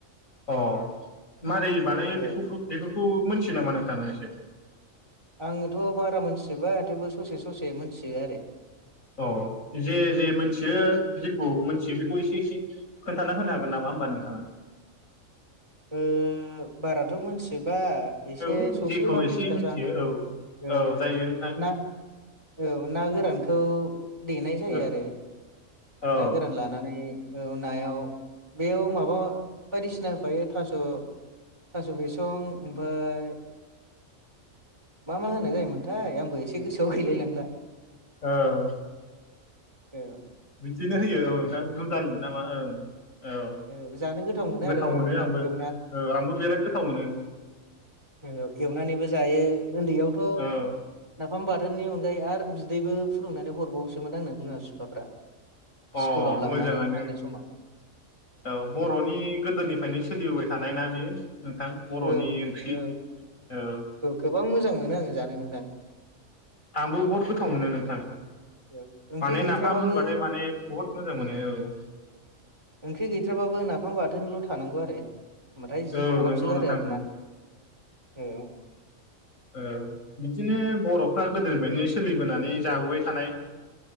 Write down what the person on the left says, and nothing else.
अ मारै बानायो
बेफुफ्रु बेफोरखौ मोनथियो नामा नोंथाङा एसे?
अ जे जे मोनथियो जेखौ मोनथियो बेखौ एसे एसे खोनथाना होनो हागोन नामा होमबा नोंथाङा?
औ
जेखौ एसे
मिथियो औ
औ जायो नोंथां
औ
औ
औ।
बिदिनो होयो औ नोंथां दुदालि नामा ओं। औ
गोथाव
मोनो
आंबो
ओ आंबो बिराद गोथाव मोनो।
औ
अ
मोजाङानो
औ। बर'नि गोदोनिफ्रायनो सोलिबोबाय थानाय ना बेयो नोंथां बर'नि
ओंख्रि।
औ
आंबो बहुत गोथाव मोनो नोंथां।
माने
नाफाम होनबाथाय माने बहुत मोजां मोनो औ।
औ
नंगौ नोंथां
नंगौ
औ बिदिनो बर'फ्रा गोदोनिफ्रायनो सोलिबोनानै जाबोबाय थानाय